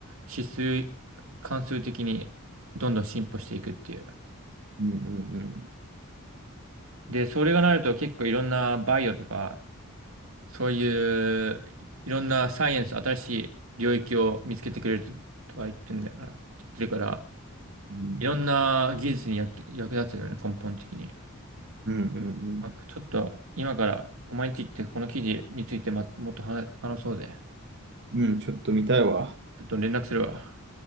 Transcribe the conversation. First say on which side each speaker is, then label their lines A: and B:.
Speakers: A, on the right (about 65°); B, on the right (about 50°).
A: 指数、関数的にどんどん進歩していくっていう。
B: うん。うん。
A: で、それがなると結構いろんなバイオとか、そういういろんなサイエンス、新しい領域を見つけてくれるとか言ってんだから、言ってるから、
B: うん。
A: いろんな技術に役、役立つんだよね、根本的に。
B: うん。うん。うん。
A: あちょっと今からお前んち行ってこの記事についてま、もっと話話そうぜ。
B: うんちょっと見たいわ。
A: ちょっと連絡するわ。